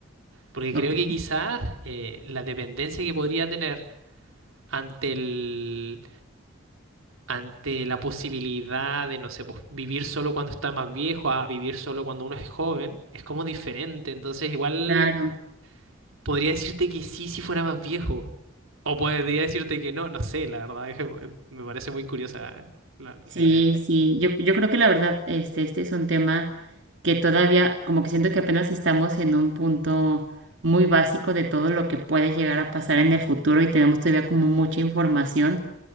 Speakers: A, on the right; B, on the right.
A: Porque creo
B: Ok,
A: que quizás eh, la dependencia que podría tener ante el, ante la posibilidad de, no sé, pues, vivir solo cuando está más viejo a vivir solo cuando uno es joven, es como diferente. Entonces, igual
B: claro.
A: podría decirte que sí si fuera más viejo. O podría decirte que no, no sé, la verdad, es que me parece muy curiosa eh, la,
B: Sí,
A: la idea.
B: sí, yo, yo creo que la verdad, este, este es un tema que todavía, como que siento que apenas estamos en un punto muy básico de todo lo que puede llegar a pasar en el futuro y tenemos todavía como mucha información